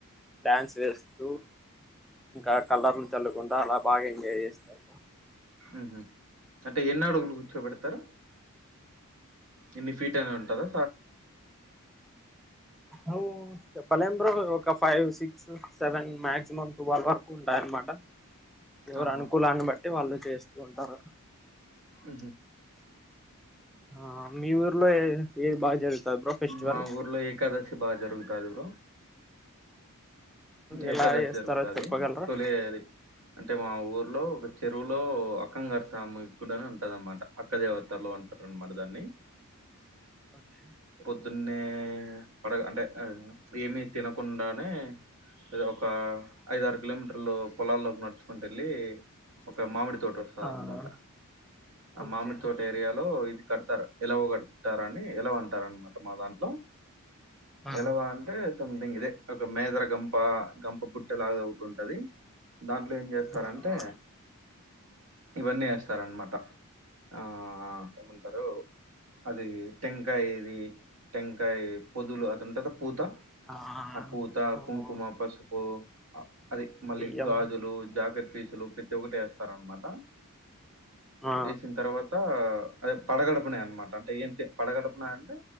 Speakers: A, in the centre; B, on the right (about 70°).
A: డ్యాన్స్ వేస్తూ ఇంకా కలర్లు చల్లకుంటా అలా బాగా ఎంజాయ్ చేస్తరూ
B: ఉహ అంటే ఎన్ని అడుగులు కూర్చోబెడతారు ఇన్ని ఫీట్ అని ఉంటందా
A: అ చెప్ప పాలెం బ్రో ఒక five six seven maximum twelve వరకు ఉంటాయి అన్నమాట ఎవరు
B: ఆహా
A: అనుకూలాన్ని బట్ అే వాళ్ళు చేస్తూ ఉంటారు
B: అ
A: ఆ మీ ఊర్లో ఏది బాగా జరుగుతది బ్రో ఫెస్టివల్
B: మా ఊర్లో ఏకాదశి బాగా జరుగుతాది బ్రో ఏకాదశ
A: ఎలా చేస్తారో
B: జరుగుతాది
A: చెప్పగలరా
B: తొలి అంటే మా ఊరు లో ఒక చెరువులో అక్కంగారు స్వామి కూడా ఉంటద అనమాట అక్క దేవతలో ఉంటారు అనమాట దాన్ని
A: ఓకే
B: ద్దున్నే పడ అంటే ఏమి తినకుండానే ద ఒక ఐద ఆరు కిలోమీటర్లు పొలాల్లోకి నడుచుకుంటెల్లి ఒక మామిడి తోట వస్తది
A: ఆ
B: అనమాట ఆ
A: ఓకే
B: మామిడి తోట ఏరియాలో ఇది కడతారు ఎలవు కడతారని ఎలవు అంటారనమాట మా దాంట్లో
A: ఆ
B: ఎలవ అంటే సమంతింగ్ ఇదే ఒక మేదర్ గంప గంప బుట్ట లాగా ఒకటి ఉంటది దాంట్లో ఏం చేస్తారంటే
A: అవునా
B: ఇవన్నీ ఏస్తరన్నమాట ఆ ఏమంటారు అదీ టెంకాయది టెంకాయ్ పొదులు అది ఉంటది పూత
A: ఆ
B: ఆపూత
A: అవును
B: కుం కుమ పసుపు ఆ అది మళ్ళీ
A: బియ్యం
B: గాజులు జాకెట్ ఫీసులు ప్రతి ఒక్కటి ఏస్తారనమాట
A: ఆ
B: వేసిన తర్వాతా అదే పడగడుపునే అనమాట అంటే ఏం తి పడగడుపునా అంటే